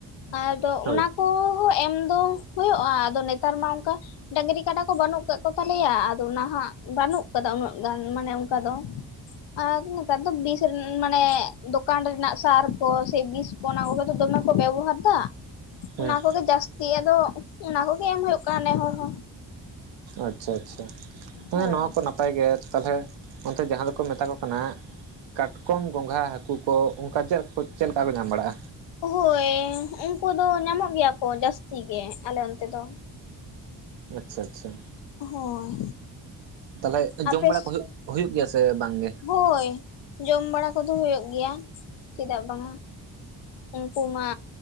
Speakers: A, on the left (about 75°); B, on the right (about 80°).
A: ᱟᱫᱚ
B: ᱦᱳᱭ
A: ᱚᱱᱟ ᱠᱚᱦᱚᱸ ᱮᱢ ᱫᱚ ᱦᱩᱭᱩᱜᱼᱟ ᱟᱫᱚ ᱱᱮᱛᱟᱨ ᱢᱟ ᱚᱱᱠᱟ ᱰᱟᱹᱝᱨᱤ ᱠᱟᱰᱟ ᱠᱚ ᱵᱟᱹᱱᱩᱜ ᱟᱠᱟᱫ ᱠᱚ ᱛᱟᱞᱮᱭᱟ᱾ ᱱᱟᱦᱟᱜ ᱵᱟᱹᱱᱩᱜ ᱠᱟᱫᱟ ᱩᱱᱟᱹᱜ ᱜᱟᱱ ᱢᱟᱱᱮ ᱚᱱᱠᱟ ᱫᱚ᱾ ᱟᱨ ᱱᱮᱛᱟᱨ ᱫᱚ ᱵᱤᱥ ᱢᱟᱱᱮ ᱫᱚᱠᱟᱱ ᱨᱮᱱᱟᱜ ᱥᱟᱨ ᱠᱚ ᱥᱮ ᱵᱤᱥ ᱚᱱᱟ ᱠᱚᱜᱮ ᱫᱚ ᱫᱚᱢᱮ ᱠᱚ ᱵᱮᱵᱚᱦᱟᱨ ᱫᱟ᱾
B: ᱦᱮᱸ
A: ᱚᱱᱟ ᱠᱚᱜᱮ ᱡᱟᱹᱥᱛᱤ ᱟᱫᱚ ᱚᱱᱟ ᱠᱚᱜᱮ ᱮᱢ ᱦᱩᱭᱩᱜ ᱠᱟᱱᱟ ᱱᱮ ᱦᱚᱲ ᱦᱚᱸ᱾
B: ᱟᱪᱪᱷᱟ ᱟᱪᱪᱷᱟ ᱟᱪᱪᱷᱟ ᱦᱮ
A: ᱦᱳᱭ
B: ᱱᱚᱣᱟ ᱠᱚ ᱱᱟᱯ ᱱᱟᱯᱟᱭ ᱜᱮ ᱛᱟᱞᱦᱮ ᱚᱱᱛᱮ ᱡᱟᱦᱟᱸ ᱫᱚᱠᱚ ᱢᱮᱛᱟ ᱠᱚ ᱠᱟᱱᱟ ᱠᱟᱴᱠᱚᱢ, ᱜᱚᱸᱜᱷᱟ, ᱦᱟᱹᱠ ᱩᱱᱠᱩ ᱠᱚ ᱚᱱᱠᱟ ᱪᱮᱫ ᱠᱚ ᱪᱮᱫ ᱞᱮᱠᱟ ᱠᱚ ᱧᱟᱢ ᱵᱟᱲᱟᱜᱼᱟ?
A: ᱦᱳᱭ ᱩᱱᱠᱩ ᱫᱚ ᱧᱟᱢᱚᱜ ᱜᱮᱭᱟ ᱠᱚ ᱡᱟᱹᱥᱛᱤ ᱜᱮ ᱟᱞᱮ ᱚᱱᱛᱮ ᱫᱚ᱾
B: ᱟᱪᱪᱷᱟ ᱟᱪᱪᱷᱟ᱾
A: ᱦᱳᱭ᱾
B: ᱛᱟᱞᱦᱮ ᱡᱚᱢ
A: ᱟᱯᱮ
B: ᱵᱟᱲᱟ ᱠᱚ ᱦᱩᱭᱩᱜ ᱦᱩᱭᱩᱜ ᱜᱮᱭᱟ ᱥᱮ ᱵᱟᱝᱜᱮ?
A: ᱦᱳᱭ ᱡᱚᱢ ᱵᱟᱲᱟ ᱠᱚᱫᱚ ᱦᱩᱭᱩᱜ ᱜᱮᱭᱟ ᱪᱮᱫᱟᱜ ᱵᱟᱝᱟ᱾ ᱩᱱᱠᱩ ᱢᱟ